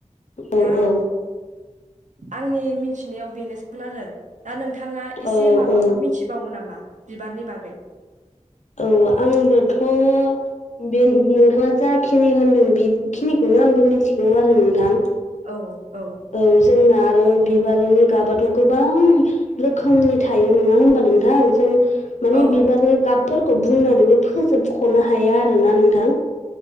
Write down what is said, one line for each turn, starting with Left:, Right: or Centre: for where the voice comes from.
Left: औ
Right: दा।
Left: औ
Right: आंनि मिथिनायाव बेनो सान आरो दा नोंथाङा एसे
Left: औ
Right: माबाफोर
Left: औ
Right: मिनथि बावो नामा बिबारनि बागै?
Left: औ आंबोथ' बे नोंथाङा जाखिनि होनदों बेखिनिखौनो आंबो मिथिगौ आरो नोंथां।
Right: औ औ
Left: औ जोंना आरो बिबारनि गाबाथ' गोबां रोखोमनि थायो नङा होमबा नोंथां जों माने
Right: औ
Left: बिबारनि गाबफोरखौ बुंनानैबो फोजोबखनो हाया आरोना नोंथां।